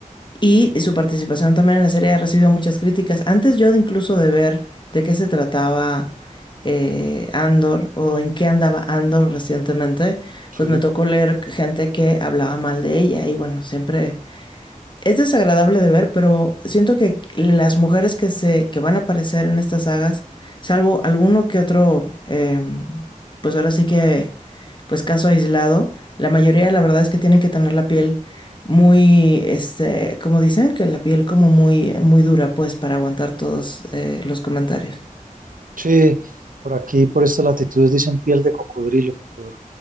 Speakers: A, on the left; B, on the right.
A: y su participación también en la serie ha recibido muchas críticas. Antes yo de incluso de ver de qué se trataba eh, Andor o en qué andaba Andor recientemente,
B: Sí.
A: pues me tocó leer gente que hablaba mal de ella. Y bueno, siempre es desagradable de ver, pero siento que las mujeres que se, que van a aparecer en estas sagas, salvo alguno que otro, em, pues ahora sí que, pues caso aislado, la mayoría la verdad es que tienen que tener la piel muy, este, como dicen, que la piel como muy, muy dura, pues, para aguantar todos eh, los comentarios.
B: Sí, por aquí, por estas latitudes, dicen piel de cocodrilo, poder